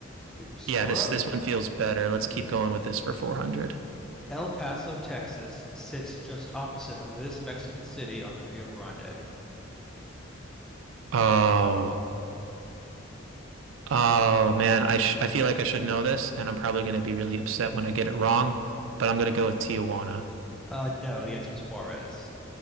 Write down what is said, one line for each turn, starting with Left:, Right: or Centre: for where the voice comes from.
Centre: Put your score
Right: Yeah, this
Centre: up.
Right: this one feels better. Let's keep going with this for 400.
Centre: El Paso, Texas sits just opposite of this Mexican city on the Rio Grande.
Right: Oh. Oh man, I sh I feel like I should know this, and I'm probably going to be really upset when I get it wrong. But I'm going to go with Tijuana.
Centre: Uh, no, the answer is Juarez.